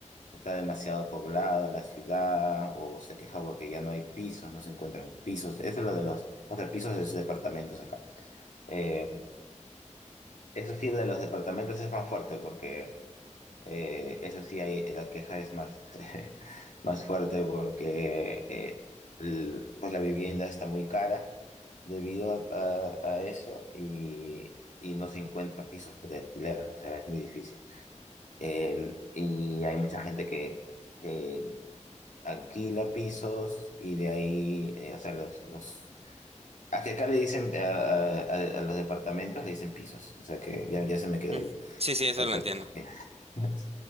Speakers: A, on the left; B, on the right.
A: está demasiado poblado la ciudad o se queja porque ya no hay pisos, no se encuentran pisos. Eso es lo de los, o sea, pisos es departamentos acá. Eh, eso sí, de los departamentos es más fuerte porque... Eh, eso sí, hay, la queja es más, <laughs> más fuerte porque eh, el- pues la vivienda está muy cara debido a, a- a eso y, y no se encuentran pisos de alquiler, o sea, es muy difícil. Eh, y hay mucha gente que, que alquila pisos y de ahí, eh, o sea, los, los... A que acá le dicen, eh, a, a- a los departamentos le dicen pisos, o sea que ya, ya se me quedó
B: Mm,
A: el-
B: Sí, sí, eso
A: la
B: lo
A: terminología.
B: entiendo.
A: <laughs>